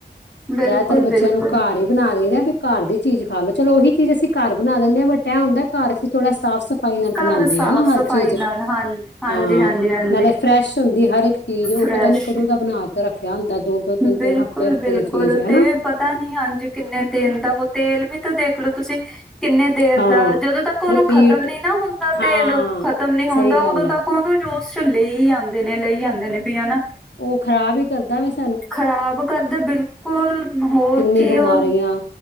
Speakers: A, in the centre; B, on the left (about 75°).
A: ਬਿਲਕੁਲ-
B: ਜ਼ਿਆਦਾਤਰ ਬੱਚਿਆਂ
A: ਬਿਲਕੁਲ।
B: ਨੂੰ ਘਰ ਹੀ ਬਣਾ ਦੇਈ ਵੀ ਘਰ ਦੀ ਚੀਜ਼ ਖਾ ਲਓ, ਚਲੋ ਉਹੀ ਚੀਜ਼ ਅਸੀਂ ਘਰ ਬਣਾ ਦਿੰਦੇ ਆਂ, ਬਟ ਐਹ ਹੁੰਦਾ ਘਰ ਅਸੀ ਥੋੜ੍ਹਾ ਸਾਫ ਸਫ ਸਫਾਈ ਨਾਲ
A: ਘਰ
B: ਬਣਾਉਂਦੇ
A: ਸਾਫ਼
B: ਆ ਨਾ
A: ਸਫ਼ਾਈ
B: ਹਰ ਚੀਜ਼,
A: ਨਾਲ ਹਾਂ ਹਾਂਜੀ
B: ਹਾਂ,
A: ਹਾਂਜੀ ਹਾਂਜੀ
B: ਨਾਲੇ ਫਰੈਸ਼ ਹੁੰਦੀ ਹਰ ਇੱਕ ਚੀਜ਼ ਓ,
A: ਫਰੈਸ਼
B: ਪਤਾ ਨੀ ਕਦੋਂ ਦਾ ਬਣਾ ਕੇ ਰੱਖਿਆ ਹੁੰਦਾ ਦੋ ਦੋ ਤਿੰਨ
A: ਬਿਲਕੁਲ
B: ਤਿੰਨ ਹਫ਼ਤੇ ਹਫ਼ਤੇ
A: ਬਿਲਕੁਲ
B: ਦੀ ਚੀਜ਼
A: ਤੇ
B: ਹਨਾ
A: ਪਤਾ ਨੀ ਹਾਂਜੀ ਕਿੰਨੇ ਦਿਨ ਦਾ, ਓ ਤੇਲ ਵੀ ਤਾਂ ਦੇਖਲੋ ਤੁਸੀਂ ਕਿੰਨੇ ਦੇਰ
B: ਹਾਂ
A: ਦਾ, ਜਦੋਂ ਤੱਕ ਉਹਨੂੰ
B: ਰਿਪੀਟ
A: ਖਤਮ ਨੀ ਨਾ ਹੁੰਦਾ
B: ਹਾਂ
A: ਤੇਲ, ਖਤਮ ਨੀ ਹੁੰਦਾ,
B: ਸਹੀ ਗੱਲ
A: ਉਦੋਂ
B: ਹੈ
A: ਤੱਕ ਉਹਨੂੰ ਯੂਸ 'ਚ ਲਈ ਆਂਦੇ ਨੇ, ਲਈ ਆਂਦੇ ਨੇ ਵੀ ਹਨਾ
B: ਓ ਖ਼ਰਾਬ ਈ ਕਰਦਾ ਵਿਸ
A: ਖਰਾਬ ਕਰਦਾ ਬਿਲਕੁਲ ਹੋਰ
B: ਕਿੰਨੀ
A: ਕਿ
B: ਬਿਮਾਰੀਆਂ
A: ਓ